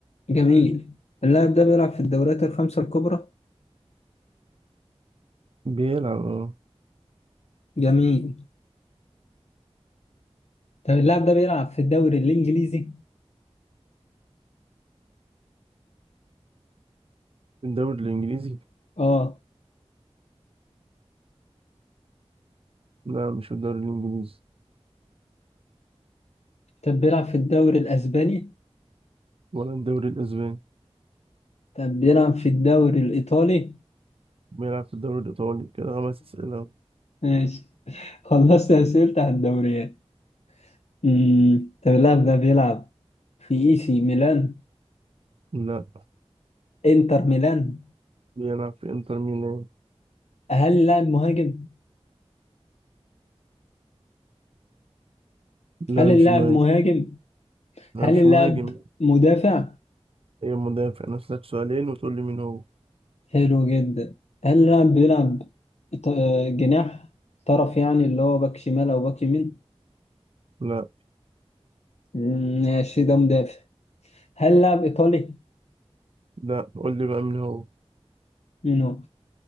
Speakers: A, on the left (about 80°); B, on the right (about 60°).
A: جميل اللاعب ده بيلعب في الدوريات الخمسة الكبرى
B: بيلعب اه
A: جميل طب اللاعب ده بيلعب في الدوري الإنجليزي
B: في الدوري الإنجليزي
A: اه
B: لا مش في الدوري الإنجليزي
A: طب بيلعب في الدوري الأسباني
B: ولا الدوري الأسباني
A: طب بيلعب في الدوري الإيطالي
B: بيلعب في الدوري الإيطالي كده خمس أسئلة
A: ماشي <laughs> خلصت أسئلة على الدوريات أمم، طب اللاعب ده بيلعب في إي سي ميلان
B: لا
A: إنتر ميلان
B: بيلعب في إنتر ميلان
A: هل اللاعب مهاجم؟
B: لا
A: هل اللاعب
B: مش مهاجم
A: مهاجم؟
B: لا
A: هل
B: مش
A: اللاعب
B: مهاجم
A: مدافع؟
B: هي مدافع نفسك سؤالين وتقول لي مين هو
A: حلو جدا هل اللاعب بيلعب ط- جناح طرف يعني اللي هو باك شمال أو باك يمين؟
B: لا
A: أمم، ماشي ده مدافع هل اللاعب إيطالي؟
B: لا قول لي بقى مين هو
A: مين هو؟